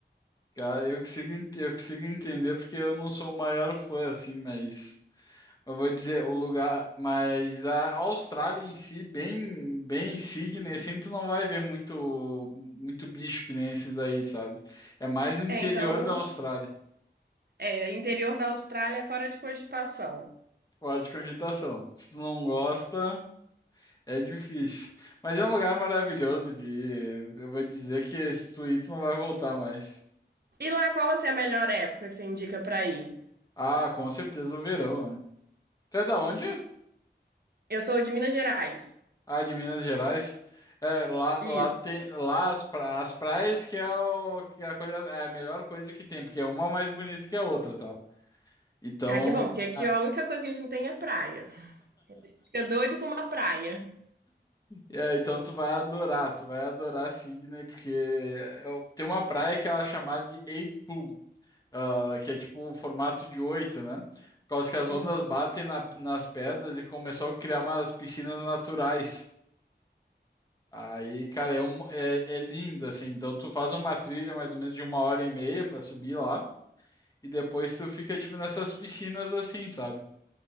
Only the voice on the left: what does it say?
Cara, eu consigo, en- eu consigo entender porque eu não sou o maior fã, assim, mas eu vou dizer, o lugar, mas a Austrália em si, bem, bem Sydney, assim, tu não vai ver muito, muito bicho que nem esses aí, sabe? É mais no
interior
da Austrália,
fora de cogitação. Se tu não gosta, é difícil. Mas é um lugar maravilhoso de, ir. eu vou dizer que se tu ir, tu não vai voltar mais.
Ah, com certeza o verão, né? Tu é da onde?
Ah, de Minas Gerais. É, lá,
lá tem lá as, pra- as praias que é, o, que é a coisa, é a melhor coisa que tem, porque é uma mais bonita que a outra, tá? Então,
<laughs>
ah,
é, então tu vai adorar, tu vai adorar Sydney, porque eu- tem uma praia que ela é chamada de Eight Pool, ah, que é tipo o formato de oito, né? Por causa que as
ondas batem na- nas pedras e começou a criar umas piscinas naturais. Aí, cara, é, um- é, é lindo, assim. Então, tu faz uma trilha mais ou menos de uma hora e meia pra subir lá. E depois tu fica, tipo, nessas piscinas, assim, sabe?